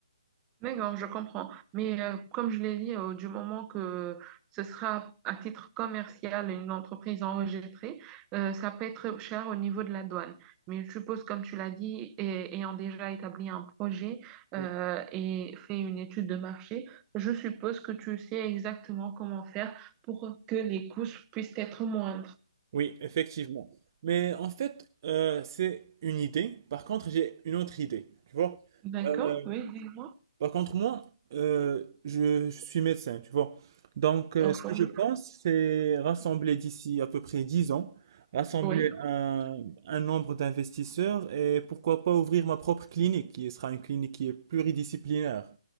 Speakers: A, on the right; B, on the right.
A: D'accord, je comprends. Mais euh, comme je l'ai dit, euh, du moment que ce sera à titre commercial une entreprise enregistrée, euh, ça peut être cher au niveau de la douane. Mais je suppose, comme tu l'as dit, et, ayant déjà établi un projet
B: Oui,
A: euh, et fait une étude de marché, je suppose que tu sais exactement comment faire pour que les coûts puissent être moindres.
B: Oui, effectivement. Mais en fait, euh, c'est une idée. Par contre, j'ai une autre idée, tu vois?
A: D'accord?
B: Euh,
A: Oui, dis-moi.
B: par contre, moi, euh, je, je suis médecin, tu vois? Donc, euh,
A: Entendu?
B: ce que je pense, c'est rassembler d'ici à peu près 10 ans, rassembler
A: Oui.
B: un, un nombre d'investisseurs et pourquoi pas ouvrir ma propre clinique, qui sera une clinique qui est pluridisciplinaire.